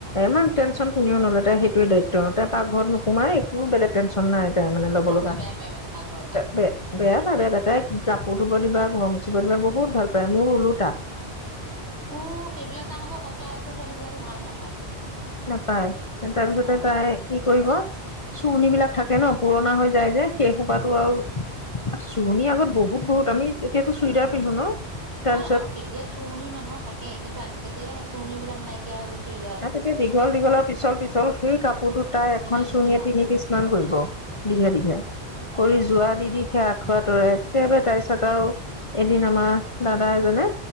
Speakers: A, on the left; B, on the right.
A: ইমান টেঞ্চন কোনেও নলয় তাই সেইটোৱে দায়িত্ব তাই পাকঘৰত নোসোমাই- কোনো বেলেগ টেনচন নাই তাই মানে ল'ব
B: পাকঘৰ
A: লগা।
B: বেয়া পায় মানে পাকঘৰৰ কাম
A: বেয়া পায় বেয়া পায় তাই কাপোৰ ধুব দিবা ঘৰ মুচিব দিবা বহুত ভাল পায় মোৰ ওলোতা।
B: অ সেইবিলাক কাম আকৌ সচাঁ হেচিৰ ছোৱালী বিলাকে ভাল নাপায়।
A: নাপায়, তাৰপিছতে
B: অঁ
A: তাই কি কৰিব। চুণি বিলাক থাকে ন পুৰণা হৈ যায় যে সেই সোপাটো আৰু। চুৰণি আগত বহুত বহুত আমি এতিয়াতো চুইদাৰ পিন্ধো ন। তাৰপিছত
B: অ' আৰু তেতিয়া চুৰণি মানুহৰ থাকেই কিন্তু আজিকালি চুৰণি বিলাক নাইকিয়া হৈ গ'ল চুইজা
A: তেতিয়া দীঘল দীঘলৰ পিছল পিছল সেই কাপোৰটো তাই এখন
B: পিছল পিছল
A: চুৰনিয়ে
B: অ
A: তিনি পিছ মান কৰিব। দীঘে দীঘে, কৰি যোৱা দি দি সেই আঠুৱা তৰে একেবাৰে তাৰ পিছত আৰু- এদিন আমাৰ দাদা এজনে।